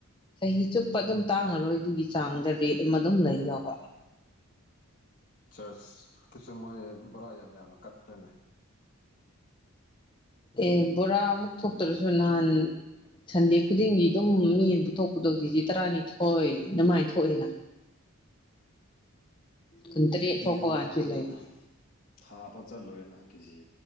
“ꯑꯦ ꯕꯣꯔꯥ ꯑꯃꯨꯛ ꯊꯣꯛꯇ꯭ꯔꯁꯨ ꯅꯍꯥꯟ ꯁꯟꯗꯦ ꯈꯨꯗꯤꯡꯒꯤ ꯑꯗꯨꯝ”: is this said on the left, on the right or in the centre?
Left